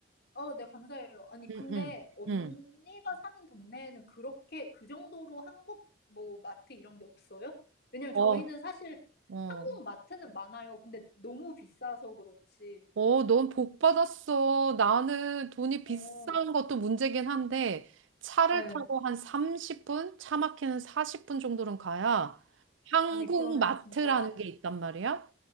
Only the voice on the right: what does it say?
응, 응,
응.
어,
어.
어, 넌 복 받았어. 나는 돈이 비싼
것도 문제긴 한데 차를
타고 한 30분? 차 막히는 40분 정도는 가야 한국
마트라는
게 있단 말이야?